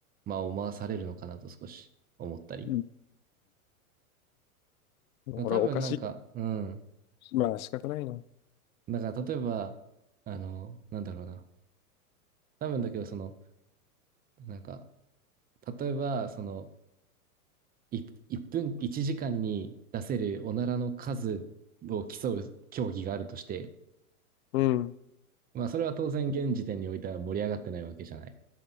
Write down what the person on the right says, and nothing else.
まあ思わされるのかなと少し思ったり。
多分なんか、うん。
だから例えば、あの、なんだろうな。多分だけど、その、なんか、例えば、その、い1分、1時間に出せるおならの数を競う競技があるとして、
まあそれは当然現時点においては盛り上がってないわけじゃない。